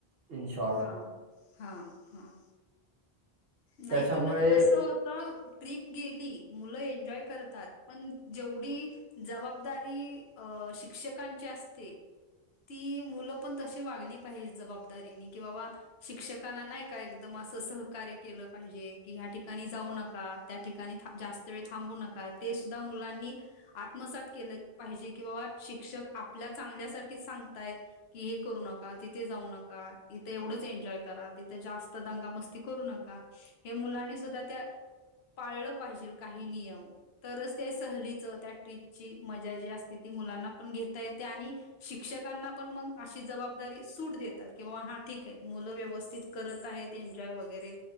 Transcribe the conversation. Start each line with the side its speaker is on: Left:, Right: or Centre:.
Right: इन शॉर्ट.
Left: हा, हा.. नाही
Right: त्याच्यामुळे
Left: पण कस होत आ ट्रिप गेली. मुलं एन्जॉय करतात. पण जेवढी. जबाबदारी अ शिक्षकांची असते.? ती मुलं पण तशी वागली पाहिजे, जबाबदारीनी कि बाबा. शिक्षकांना नाही का एकदम असं सहकार्य केलं पाहिजे. की ह्या ठिकाणी जाऊ नका. त्या ठिकाणी जास्त वेळ थांबू नका ते सुद्धा मुलांनी. आत्मसात केलं पाहिजे. की बाबा शिक्षक आपल्या चांगल्यासाठी सांगतायत. कि.. हे करू नका तिथे जाऊ नका. इथं एवढंच एन्जॉय करा तिथे जास्त दंगामस्ती करू नका हे मुलांनी सुद्धा त्या. पाळलं पाहिजे काही नियम. तरच, ते सहलीचं त्या ट्रीपची मजा जी असते ती मुलांना पण घेता येते, आणि शिक्षकांना पण मग अशी जबाबदारी सूट देतात. किंवा. ठीक आहे मुलं व्यवस्थित करत आहेत एन्जॉय वगैरे